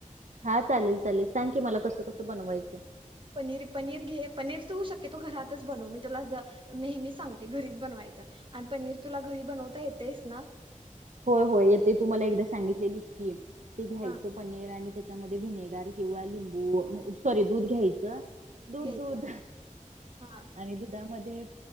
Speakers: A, on the right; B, on the right.
A: हा, चालेल, चालेल. सांग की मला, कसं कसं बनवायचं?
B: पनीर, पनीर घे, पनीर तू शक्यतो घरातच बनव मी तुला नेहमीच सांगते, घरीच बनवायचं आणि पनीर तुला घरी बनवता येतेस ना?
A: होय, होय, येते तुम्हाला एकदा सांगितलेली स्कीम- ते घ्यायचं
B: हा
A: पनीर आणि त्याच्या त्यामध्ये व्हिनेगार किंवा लिंबू व सॉरी दूध घ्यायचं. दूध
B: घ्यायचं
A: - दूध
B: हा
A: आणि दुधा मधे